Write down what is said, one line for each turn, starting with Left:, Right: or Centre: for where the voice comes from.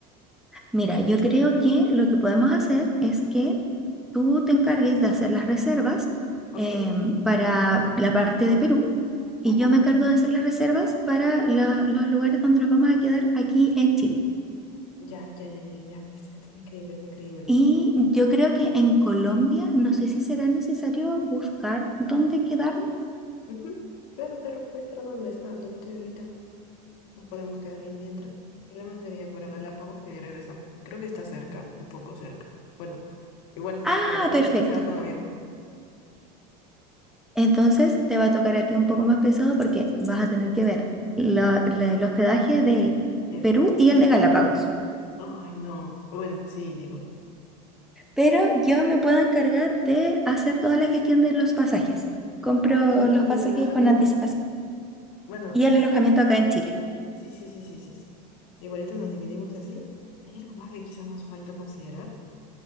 Centre: mira, yo creo que lo que podemos hacer es que tú te encargues de hacer las reservas
Left: ¿ok?
Centre: em, para la parte de Perú y
Left: Ujú.
Centre: yo me encargo de hacer las reservas para la- los lugares donde nos vamos a quedar aquí en Chile.
Left: Ya, ya, ya, ya, ya. Está, está increíble, está increíble.
Centre: Y yo creo que en Colombia, no sé si será necesario buscar dónde quedarnos.
Left: Ujú. Claro, claro, puedes quedar dónde está, ¿Dónde estoy ahorita. No podemos quedar ahí mientras. El problema sería para Galápagos y de ahí regresamos. Creo que está cerca, un poco cerca. Bueno, igual
Centre: Ah,
Left: a Galápagos
Centre: perfecto.
Left: siempre se va con avión,
Centre: Entonces te va a tocar a ti un poco más pesado porque vas a tener que ver la- la- el hospedaje de
Left: ¿cierto?
Centre: Perú y el de Galápagos.
Left: Ay, no. Bueno, sí, digo.
Centre: Pero yo me puedo encargar de hacer toda la gestión de los pasajes. Compro
Left: Ah, y,
Centre: los pasajes
Left: y el alojamiento.
Centre: con anticipación
Left: Bueno,
Centre: y el alojamiento acá en Chile.
Left: Sí, sí, sí, sí, sí. sí. Igualito nos dividimos así. ¿Hay algo más que quizás nos falta considerar?